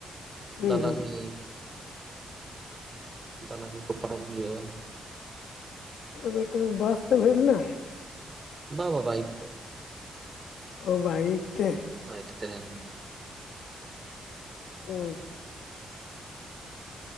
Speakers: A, on the left (about 80°); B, on the right (about 40°).
A: ᱦᱩᱸ
B: ᱫᱟᱞᱟᱦᱤ
A: ᱦᱩᱸ
B: ᱫᱟᱞᱟᱤ ᱠᱚ ᱯᱚᱨᱚᱢ ᱟᱹᱩᱭᱩᱜᱭᱟ
A: ᱟᱫᱚ ᱛᱚᱵᱮ ᱵᱟᱥ ᱛᱮᱢ ᱦᱮᱡ ᱞᱮᱱᱟ?
B: ᱵᱟ ᱵᱟᱵᱟ ᱵᱟᱭᱤᱠ ᱛᱮ᱾
A: ᱳ ᱵᱟᱭᱤᱠ ᱛᱮ?
B: ᱵᱟᱭᱤᱠ ᱛᱮ ᱦᱮᱸ
A: ᱚᱻ